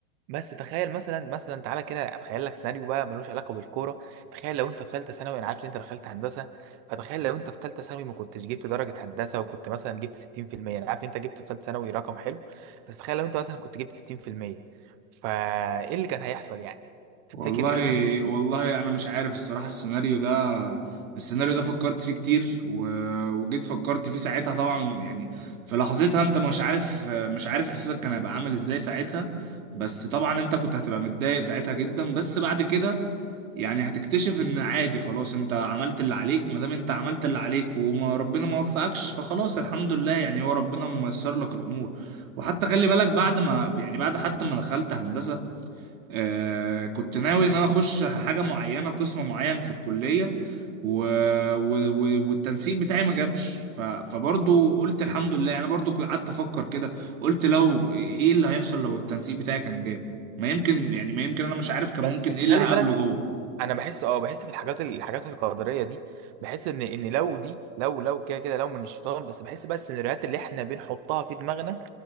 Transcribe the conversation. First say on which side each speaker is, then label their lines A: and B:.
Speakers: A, on the right (about 25°); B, on the right (about 80°).
A: بس تخيل مثلا مثلا تعالى كده اتخيل لك سيناريو بقى ملوش علاقه بالكوره تخيل لو انت في ثالثه ثانوي انا عارف ان انت دخلت هندسه فتخيل لو انت في ثالثه ثانوي ما كنتش جبت درجه هندسه وكنت مثلا جبت 60% انا عارف ان انت جبت في ثالثه ثانوي رقم حلو بس تخيل لو انت مثلا كنت جبت 60% فايه اللي كان هيحصل يعني تفتكر
B: والله
A: ايه اللي كان ممكن
B: والله
A: يحصل؟
B: انا مش عارف الصراحه السيناريو ده السيناريو ده فكرت فيه كتير و... وجيت فكرت فيه ساعتها طبعا يعني في لحظتها انت مش عارف مش عارف احساسك كان هيبقى عامل ازاي ساعتها بس طبعا انت كنت هتبقى متضايق ساعتها جدا بس بعد كده يعني هتكتشف ان عادي خلاص انت عملت اللي عليك ما دام انت عملت اللي عليك وما ربنا ما وفقكش فخلاص الحمد لله يعني هو ربنا ميسر لك الامور وحتى خلي بالك بعد ما يعني بعد حتى ما دخلت هندسة آه كنت ناوي ان انا اخش حاجة معينة قسم معين في الكلية و... و... و... والتنسيق بتاعي ما جابش ف... فبرضو قلت الحمد لله انا برضو كنت قعدت افكر كده قلت لو ايه اللي هيحصل لو التنسيق بتاعي كان جاب ما يمكن يعني ما يمكن انا مش عارف كان
A: بس
B: ممكن
A: بس
B: ايه
A: خلي
B: اللي هقابله
A: بالك
B: جوه
A: انا بحس اه بحس في الحاجات الحاجات القدريه دي بحس ان ان لو دي لو لو كده كده لو من الشيطان بس بحس بس ان السيناريوهات اللي احنا بنحطها في دماغنا